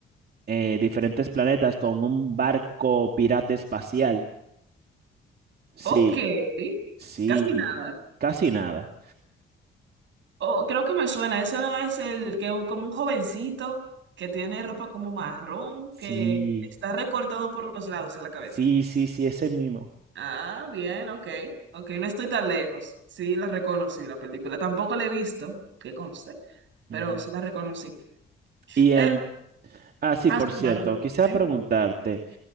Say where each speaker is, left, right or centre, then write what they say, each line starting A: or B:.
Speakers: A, on the right; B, on the right.
A: eh, diferentes planetas con un barco pirata espacial. Sí,
B: Ok,
A: sí,
B: casi nada. ¿eh?
A: casi nada.
B: Oh, creo que me suena. Ese no es el que es como un jovencito que tiene ropa como marrón,
A: Sí,
B: que está recortado por los lados en la cabeza.
A: sí, sí, sí, ese mismo.
B: Ah, bien, ok, ok, no estoy tan lejos. Sí, la reconocí la película. Tampoco la he visto, que conste, pero
A: Ujú.
B: sí la reconocí.
A: Y, em,
B: Eh,
A: ah, sí,
B: más
A: por cierto,
B: claro,
A: quisiera
B: de-
A: preguntarte,